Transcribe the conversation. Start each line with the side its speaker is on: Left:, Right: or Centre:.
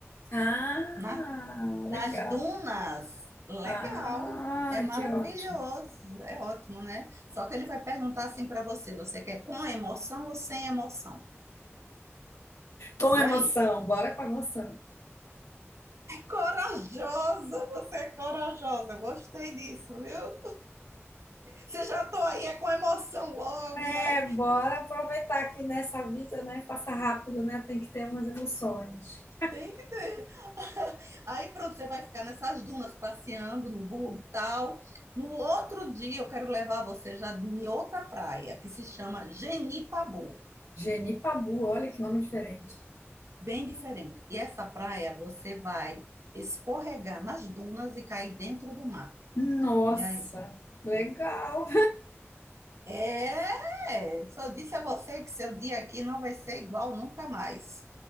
Left: Ah,
Right: né? nas
Left: legal.
Right: dunas. Legal,
Left: Ah,
Right: é maravilhoso,
Left: que ótimo.
Right: é ótimo, né? Só que ele vai perguntar assim para você, você quer com emoção ou sem emoção?
Left: Com
Right: E
Left: emoção,
Right: aí?
Left: bora com emoção.
Right: Corajosa, você é corajosa, eu gostei disso, viu? Você já tô aí, é com emoção logo,
Left: É,
Right: né?
Left: bora aproveitar que nessa vida, né, passa rápido, né, tem que ter umas emoções.
Right: Tem que ter. Aí pronto, você vai ficar nessas dunas passeando no bug e tal. No outro dia eu quero levar você já em outra praia que se chama Genipabu,
Left: Genipabu, olha que nome diferente.
Right: bem diferente. E essa praia você vai escorregar nas dunas e cair dentro do mar.
Left: Nossa,
Right: E aí?
Left: legal.
Right: É, só disse a você que seu dia aqui não vai ser igual nunca mais.